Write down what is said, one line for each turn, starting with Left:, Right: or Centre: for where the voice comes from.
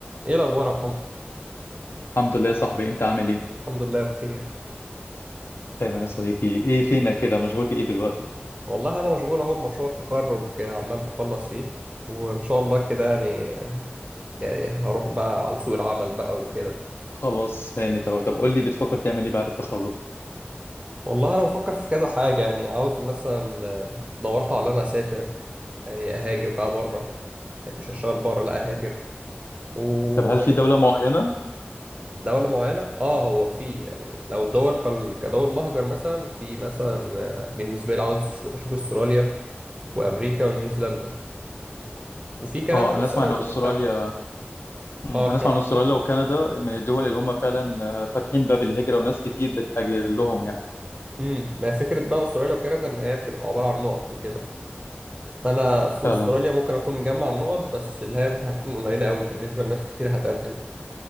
Right: ايه الاخبار يا محمد
Left: الحمد لله يا صاحبي انت عامل ايه
Right: الحمد لله بخير
Left: دايما يا صديقي ايه فينك
Right: الله يخليك
Left: كده مشغول بايه دلوقتي
Right: والله انا مشغول اهو بمشروع التخرج آه، عمال بخلص فيه وان شاء الله كده يعني يعني هروح بقى على سوق العمل بقى وكده
Left: خلاص هانت اهو طب قول لي بتفكر تعمل ايه بعد التخرج
Right: والله انا بفكر في كذا حاجه يعني عاوز مثلا آه، دورت على انا اسافر يعني اهاجر بقى بره يعني مش هشتغل بره لا اهاجر وبرضه
Left: طب هل في دولة معينة
Right: دولة معينة اه هو في يعني لو دول كال- كدول مهجر مثلا في مثلا آه، بالنسبة لي عاوز أشوف أشوف استراليا وأمريكا ونيوزيلندا وفي كندا
Left: اه انا
Right: بس
Left: اسمع
Right: انا
Left: ان استراليا
Right: مش حابب
Left: مم،
Right: اه
Left: انا
Right: كندا
Left: اسمع ان استراليا وكندا من الدول اللي هم فعلا آه، فاتحين باب الهجرة وناس كتير بتهاجر لهم يعني
Right: امم ما هي فكره بقى استراليا وكندا ان هي بتبقى عباره عن نقط وكده فانا في
Left: فعلا
Right: استراليا ممكن اكون مجمع النقط بس اللي هي هتكون قليله قوي بالنسبه لناس كتير هتقدم